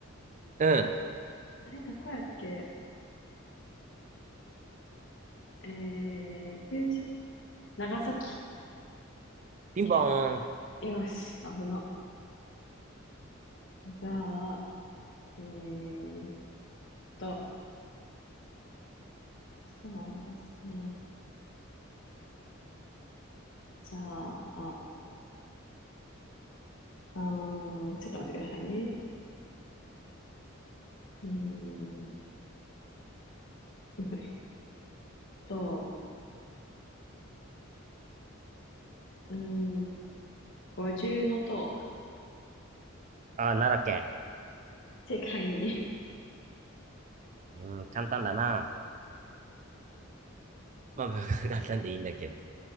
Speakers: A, on the right; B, on the left.
A: うん。
B: あれ、どこやっけえー、九州、長崎
A: ピンポーン。
B: 県。よし、危な。じゃあ、えーっと、そうですね。じゃあ、あ、あーちょっと待ってくださいね。えー、えっと、うーん、五重の塔、
A: ああ、奈良県。
B: 世界に。
A: うん、簡単だな。まあ、<laughs> 簡単でいいんだけど。